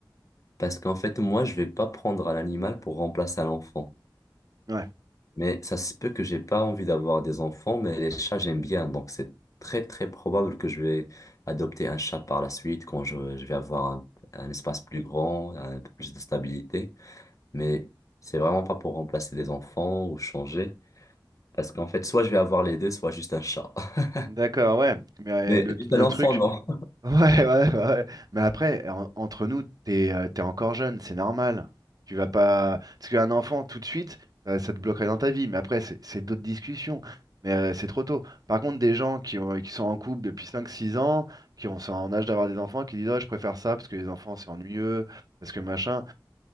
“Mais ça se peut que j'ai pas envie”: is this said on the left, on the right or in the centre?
Left